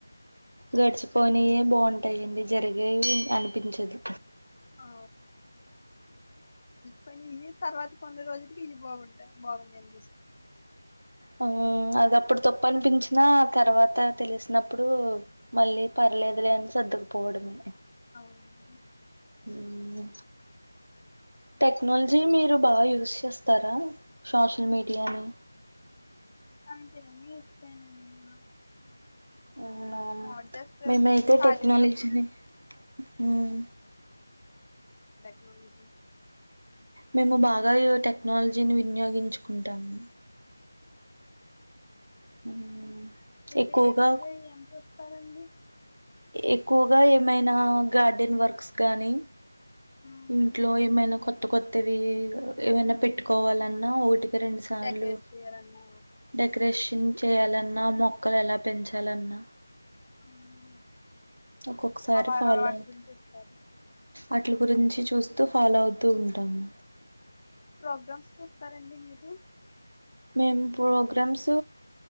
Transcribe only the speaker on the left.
ఆ కొన్ని ఇ తర్వాత కొన్ని రోజులకి ఇవి బాగుంటాయి బాగుంది ఎందుకు
అవునండి
అంతేమీ యూస్ చేయన్ నేను
మాములు జస్ట్
ఖాళీ
ఉన్నప్పుడు
అందుకు
ఇ
ఎకు <unintelligible> పదండి
మ్మ్.
డెకరేట్ చేయాలన్నా
మ్మ్.
ఆ వా-
ఆ వాటి
గురించి చూస్తారా
ప్రోగ్రామ్స్ చూస్తారండి మీరు